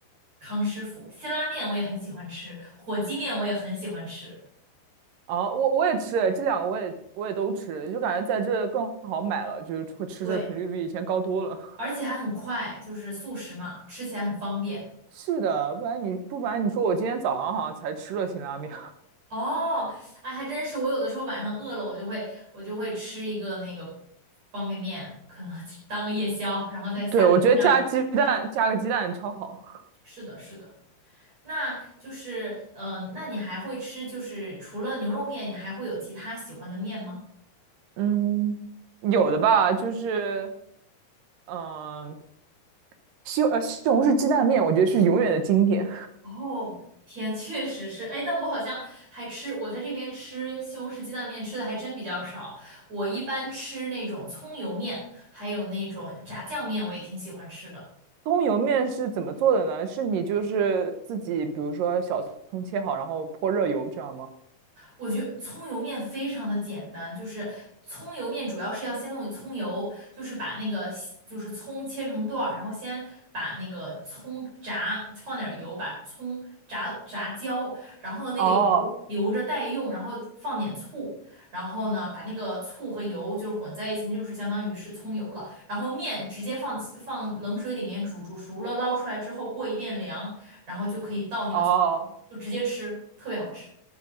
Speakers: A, on the right; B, on the right.
A: 康师傅辛拉面我也很喜欢吃，火鸡面我也很喜欢吃。
B: 哦，我我也吃，这两个我也我也都吃，就感觉在这更好买了，就是会吃的频率比以前高多了。
A: 对，而且还很快，就是速食嘛，吃起来很方便。
B: <laughs> 是的，不然你不瞒你说我今天早上好像才吃了辛拉面。
A: 哦，哎，还真是，我有的时候晚上饿了，我就会我就会吃一个那个方便面，可能就当个夜宵，然后再下个鸡蛋。
B: <laughs> 对，我觉得加鸡蛋加个鸡蛋超好。
A: 是的，是的，那就是，嗯、呃那你还会吃，就是除了牛肉面，你还会有其他喜欢的面吗？
B: 嗯。有的吧，就是嗯，西呃西红柿鸡蛋面，我觉得是永远的经典。
A: 哦，天，确实是，哎，但我好像还吃，我在这边吃西红柿鸡蛋面吃的还真比较少，我一般吃那种葱油面，还有那种炸酱面，我也挺喜欢吃的。
B: 葱油面是怎么做的呢？是你就是自己，比如说小葱切好，然后泼热油，这样吗？
A: 我觉得葱油面非常的简单，就是葱油面主要是要先弄葱油，就是把那个就是葱切成段儿，然后先把那个葱炸，放点儿油，把葱炸炸焦，然后那个油留着待用，
B: 哦
A: 然后放点醋，然后呢把那个醋和油就是混在一起，那就是相当于是葱油了。然后面直接放放冷水里面煮，煮熟了捞出来之后过一遍凉，然后就可以倒那个葱油，
B: 哦，
A: 就直接吃，特别好吃。